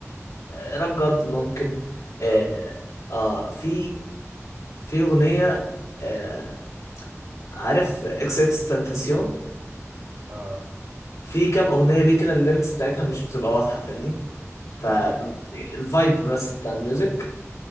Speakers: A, on the left; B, on the right.
A: راب جاد ممكن
B: راب
A: اه,
B: جود
A: آه في في اغنيه آه، عارف اكس اكس تنتاسيون
B: اه
A: في كام اغنيه ليه كده الليركس بتاعتها مش بتبقى واضحه فاهمني فالفايب بس بتاع الميوزك